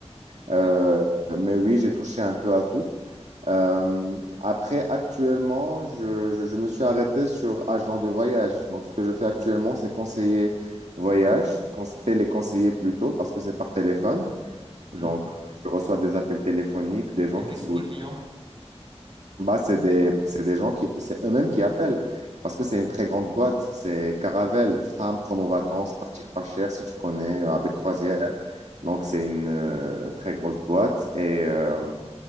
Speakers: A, on the right; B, on the right.
A: ouais.
B: Euh, mais oui, j'ai touché un peu à tout. Euh, après, actuellement, je, je- je me suis arrêté sur agent de voyage. Donc, ce que je fais actuellement, c'est conseiller voyage, cons- téléconseiller plutôt, parce que c'est par téléphone.
A: hum.
B: Donc, je reçois des appels téléphoniques, des gens
A: Et c'est
B: qui
A: qui
B: souhaitent.
A: tes clients?
B: Bah, c'est des, c'est des gens qui, c'est eux-mêmes qui appellent, parce que c'est une très grande boîte. C'est Caravelle, Fram, Promo Vacances, Partir pas cher, si tu connais, euh, avec Croisière. Donc, c'est une euh, très grosse boîte. Et, euh,
A: Hum,